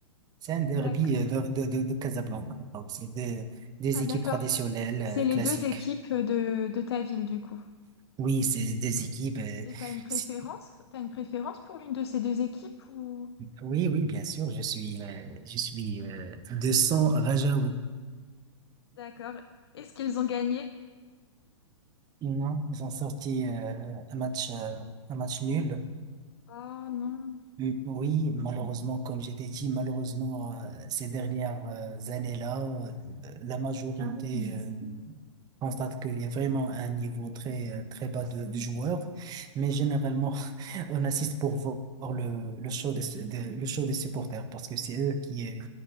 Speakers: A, on the right; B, on the left.
A: C'est un derby
B: d'accord.
A: euh, de, de, de, de Casablanca. Donc, c'est des, des
B: Ah,
A: équipes
B: d'accord.
A: traditionnelles,
B: C'est
A: euh,
B: les
A: classiques.
B: deux équipes de, de ta ville, du coup.
A: Oui, c'est des équipes. euh,
B: Et t'as une préférence?
A: c'est-
B: T'as une préférence pour l'une de ces deux équipes ou...
A: oui, oui, bien sûr. Je suis, euh, je suis euh, de sang Rajaoui.
B: D'accord. Est-ce qu'ils ont gagné?
A: Non, ils ont sorti euh, un match, euh, un match nul.
B: Oh non.
A: Mm, Oui, malheureusement, comme j'étais dit, malheureusement, euh, ces dernières euh, années-là, euh, la majorité Je constate qu'il y a vraiment un niveau très, euh, très bas de, de joueurs, mais généralement, <laughs> on assiste pour vo- voir le, le show des, de- le show des supporters parce que c'est eux qui, euh,